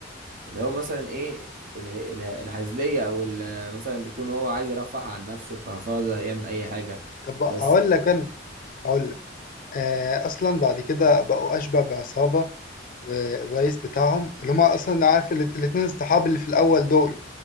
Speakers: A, on the right; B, on the left.
A: اللي هو مثلا ايه اله- اله- الهزلية او ال- مثلا يكون هو عايز يرفه عن نفسه ففاضي يعمل اي حاجة
B: طب أقول
A: بس
B: لك أنا أقول لك آه أصلا بعد كده بقوا أشبه بعصابة والرئيس بتاعهم اللي هما أصلا عارف الات- الاتنين الصحاب اللي في الأول دول